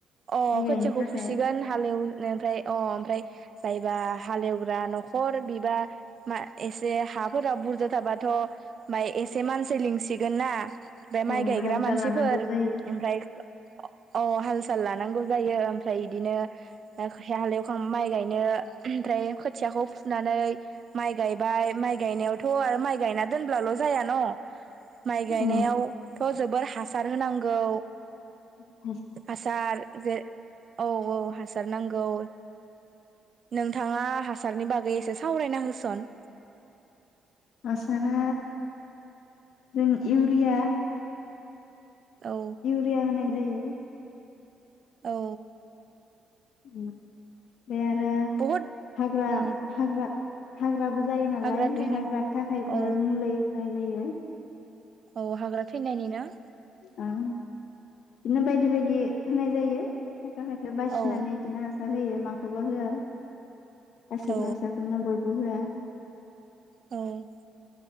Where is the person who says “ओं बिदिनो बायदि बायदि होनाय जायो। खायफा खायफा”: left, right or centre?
Left